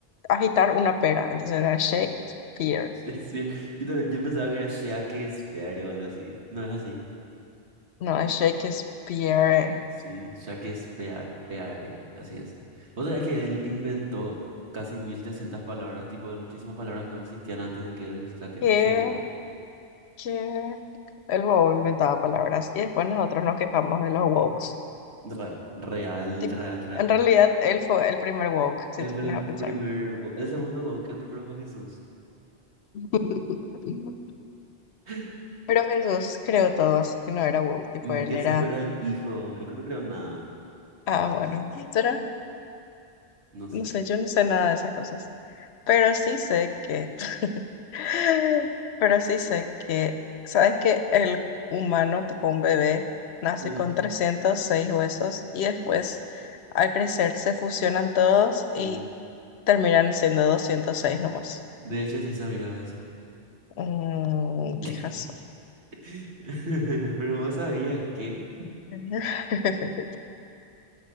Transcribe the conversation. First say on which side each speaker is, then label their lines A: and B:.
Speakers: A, on the left; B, on the right.
A: agitar una pera, entonces era Shakespeare,
B: Shakespeare. Yo también, yo pensaba que era Shakespeare o algo así. No es así.
A: no es Shakespeare.
B: Sí, Shakespeare, así es. Vos sabés que él inventó casi 1700 palabras, tipo, de muchísimas palabras no existían antes de que él saque
A: ¿Qué?
B: su libro.
A: que el bobo inventaba palabras y después nosotros nos quejamos de los wokes.
B: Real, real,
A: Tipo,
B: real, real.
A: en realidad él fue el primer woke, si
B: Él
A: tú
B: fue
A: pones
B: el
A: a pensar.
B: primer, wo- el segundo woke, el primero fue Jesús.
A: <laughs>
B: <laughs>
A: Pero Jesús creó todo, así que no era woke, tipo
B: Mm,
A: él
B: Jesús
A: era,
B: era el hijo, él no creó nada,
A: ah, bueno, ¿será?
B: no sé.
A: No sé, yo no sé nada de esas cosas. Pero sí sé que, <laughs> pero sí sé que, ¿sabes que el humano, tipo un bebé, nace
B: Eh,
A: con 306 huesos y después al crecer se fusionan todos y
B: mm.
A: terminan siendo 206 nomás?
B: De hecho, sí sabía de eso.
A: Mmm,
B: <laughs>
A: qué jazo.
B: <laughs> Pero vos sabías que...
A: <laughs>